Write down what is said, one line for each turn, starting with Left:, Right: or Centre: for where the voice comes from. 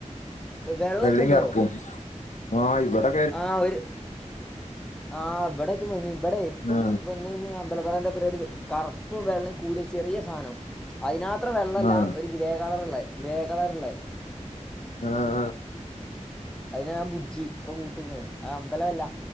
Centre: വെള്ളമൊക്കെ
Left: വെള്ളീം
Centre: ഉണ്ടോ
Left: കറപ്പും ആ ഇവടെ
Centre: ആ ഒര് ആ ഇബടെറ്റം വന്നീനി, ഇബടെ ഇപ്പം
Left: ആ
Centre: വന്നീനി അ മ്പല പ്രാവിന്റെ ഒപ്പ ഒര് കറുപ്പും വെള്ളേം കൂടിയ ഒരു ചെറീയ സാധനം. അയിനാത്ര വെള്ളല്ല
Left: ആ
Centre: ഒരു ഗ്രേ കളർള്ളേ ഗ്രേ കളറ്ള്ളേ,
Left: ആഹ്
Centre: അയിനെ ഞാൻ പുടിച്ച് ഇപ്പം കൂട്ടിലിട്ട്ണ് അഹ് അമ്പലല്ല